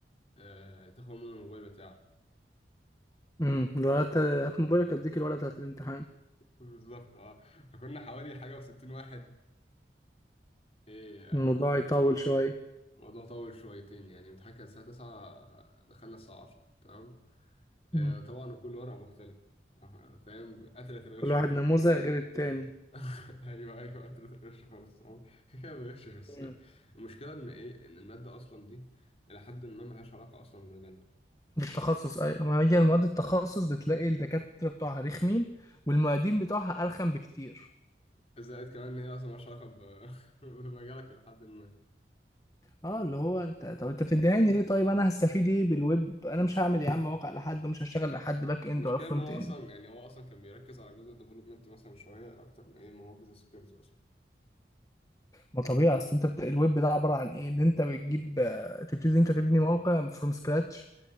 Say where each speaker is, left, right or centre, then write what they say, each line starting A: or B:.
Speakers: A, on the left; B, on the left.
A: آه... تاخد منه الموبايل بتاعه
B: امم لو هات هات موبايلك اديك الورقة بتاعت الامتحان
A: <laughs> بالظبط اه فكنا حوالي حاجه و60 واحد ايه يعني
B: الموضوع يطول شوية
A: الموضوع طول شويتين يعني الامتحان كان الساعه 9 دخلنا الساعه 10 تمام آه...
B: امم
A: طبعا وكل ورقه مختلفه آه، فاهم قتلت الغش
B: كل واحد
A: خالص
B: نموذج غير التاني
A: <laughs> ايوه ايوه قتلت الغش خالص تمام كده كده ما بغشش بس
B: امم
A: المشكله ان ايه ان الماده اصلا دي إلى حد ما ملهاش علاقة أصلا بمجالنا
B: التخصص ايوه ما هي المواد التخصص بتلاقي الدكاترة بتوعها رخمين والمعيدين بتوعها ارخم بكتير
A: زائد كمان ان هي اصلا مالهاش علاقه ب- <laughs> بمجالك لحد ما
B: اه اللي هو انت طب انت بتديهاني ليه طيب انا هستفيد ايه بالويب انا مش هعمل يا عم موقع لحد ومش هشتغل لحد باك اند
A: المشكله
B: ولا فرونت
A: ان هو
B: اند
A: اصلا يعني هو اصلا كان بيركز على جزء الديفلوبمنت مثلا شويه اكتر من ايه ما هو جزء السكيورتي اصلا
B: ما طبيعي اصل انت بت... الويب ده عباره عن ايه ان انت بتجيب آه، تبتدي انت تبني موقع فروم سكراتش